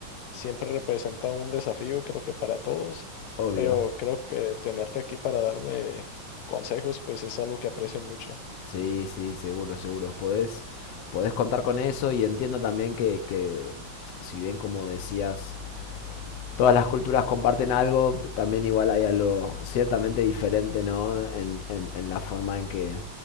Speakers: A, on the left (about 80°); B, on the left (about 60°).
A: siempre representa un desafío, creo que para todos,
B: Obvio.
A: pero creo que tenerte aquí para darme consejos, pues es algo que aprecio mucho.
B: Sí, sí, seguro, seguro. Podés, podés contar con eso y entiendo también que, que, si bien como decías, todas las culturas comparten algo, también igual hay algo ciertamente diferente, ¿no? En, en- en la forma en que,